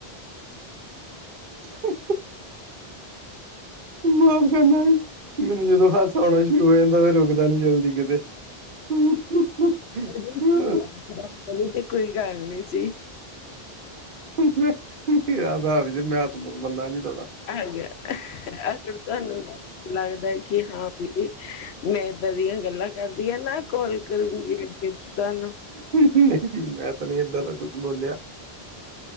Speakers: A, on the right; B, on the left.
A: ਹਾ। ਮਾਫ਼ ਕਰਨਾ ਮੈਨੂੰ ਜਦੋਂ ਹਾਸਾ ਆਣਾ, ਸ਼ੁਰੂ ਹੋ ਜਾਂਦਾ ਫੇਰ ਰੁਕਦਾ ਨੀ ਜਲਦੀ ਕਿਤੇ। <inaudible>
B: <unintelligible>
A: ਮੈਂ- ਮਰਾ ਵੀ ਮੈਂ ਚਮਕ ਮਲਾ ਨੀ ਥੋੜਾ।
B: ਹਾਂਜੀ ਅਗਰ ਤਾਨੂੰ ਲੱਗਦਾ ਹੈ। ਕਿ, ਹਾਂ ਵੀ ਮੈਂ ਏਦਾਂ ਦੀਆਂ ਗੱਲਾਂ ਕਰਦੀ ਹਾਂ ਨਾ ਕੋਲ ਕਰੂੰਗੀ ਅੱਗੇ। ਤਾਨੂੰ
A: ਨਹੀਂ ਜੀ ਮੈਂ ਤਾਂ ਨੀ ਏਦਾਂ ਦਾ ਕੁੱਛ ਬੋਲਿਆ।